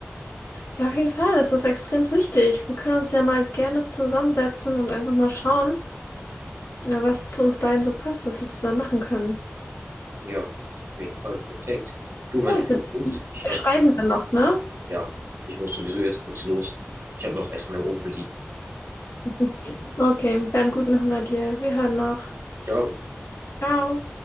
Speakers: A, on the left; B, on the right.
A: Ja, auf jeden Fall, das ist extrem wichtig. Wir können uns ja mal gerne zusammensetzen und einfach mal schauen, äh, was zu uns beiden so passt, was wir zusammen machen können.
B: Ja, auf jeden Fall, perfekt. Du, mein
A: Ja,
B: Essen
A: ich würde
B: ruft.
A: wir
B: Ich hab,
A: schreiben dann noch, ne?
B: ja, ich muss sowieso jetzt kurz los. Ich habe noch Essen im Ofen liegen.
A: <laughs> Okay, dann guten Hunger dir. Wir hören noch.
B: Ciao.
A: Ciao.